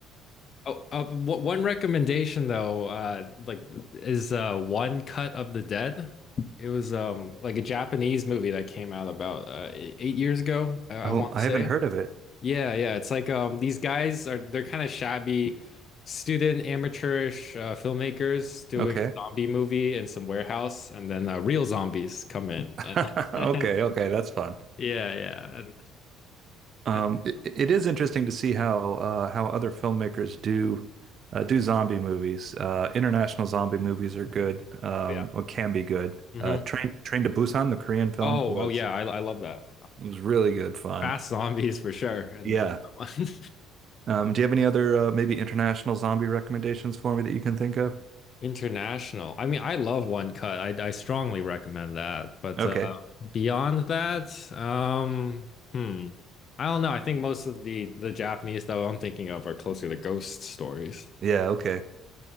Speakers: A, on the left; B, on the right.
A: Oh, uh, wh- one recommendation though, uh, like is uh, One Cut of the Dead. It was um like a Japanese movie that came out about uh, e- eight years ago, I, I
B: Oh,
A: want
B: I
A: to say.
B: haven't heard of it.
A: Yeah, yeah. It's like um these guys are they're kind of shabby student amateurish uh, filmmakers doing
B: Okay.
A: a zombie movie in some warehouse, and then uh, real zombies come in
B: <laughs>
A: and
B: Okay. Okay.
A: <laughs>
B: That's fun.
A: yeah, yeah, and,
B: Um,
A: and-
B: it, it is interesting to see how uh, how other filmmakers do uh, do zombie movies. Uh, international zombie movies are good, um,
A: oh, yeah.
B: or can be good.
A: hmm
B: Uh, Train Train to Busan, the Korean film,
A: Oh,
B: was
A: oh yeah, I I love that.
B: was really good fun.
A: Fast Zombies for sure, and
B: Yeah.
A: then that one.
B: Um, do you have any other uh, maybe international zombie recommendations for me that you can think of?
A: <laughs> International. I mean, I love One Cut. I I strongly recommend that. But
B: Okay.
A: uh, beyond that, um, hmm, I don't know. I think most of the the Japanese that I'm thinking of are closer to ghost stories.
B: Yeah. Okay.